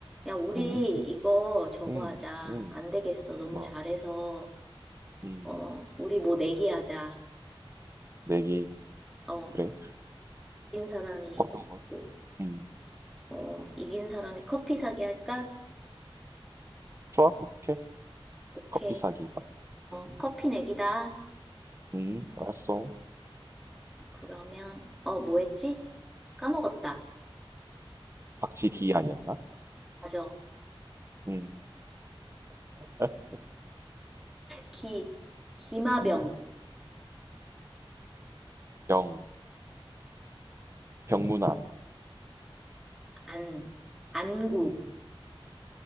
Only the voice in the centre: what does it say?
야, 우리
이거 저거
하자.
안 되겠어. 너무
잘해서.
어, 우리 뭐 내기 하자.
어,
이긴 사람이,
뭐,
어, 이긴 사람이 커피 사기 할까?
오케이.
어,
커피 내기다.
그러면, 어, 뭐 했지? 까먹었다.
맞아. 어,
기, 기마병,
안, 안구,